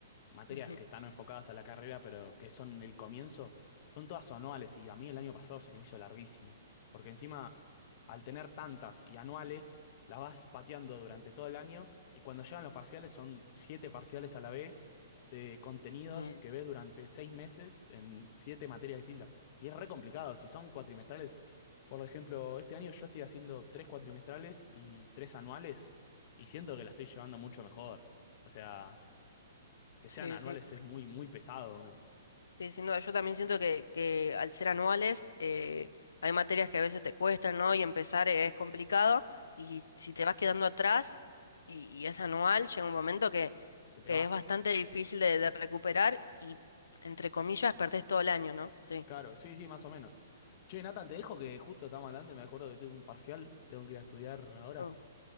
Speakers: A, on the left; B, on the left.
A: materias
B: ujú,
A: que están enfocadas a la carrera pero que son el comienzo, son todas anuales y a mí el año pasado se me hizo larguísimo, porque encima al tener tantas y anuales, las vas pateando durante todo el año y cuando llegan los parciales, son siete parciales a la vez de contenidos
B: mm,
A: que ves durante seis meses en siete materias distintas. Y es re complicado, si son cuatrimestrales. Por ejemplo, este año yo estoy haciendo tres cuatrimestrales y tres anuales, y siento que la estoy llevando mucho mejor. O sea, que
B: sí,
A: sean anuales
B: sí.
A: es muy, muy pesado, ¿no?
B: Sí, sin duda. Yo también siento que, que al ser anuales eh, hay materias que a veces te cuestan, ¿no? Y empezar es complicado. Y si te vas quedando atrás y, y es anual, llega un momento que,
A: Se te
B: que
A: va.
B: es bastante difícil de, de recuperar y, entre comillas, perdés todo el año, ¿no? Sí.
A: Claro, sí, sí, más o menos. Che, Nathan, te dejo que justo estamos hablando y me acuerdo que tengo un parcial, tengo que ir a estudiar ahora.
B: Oh.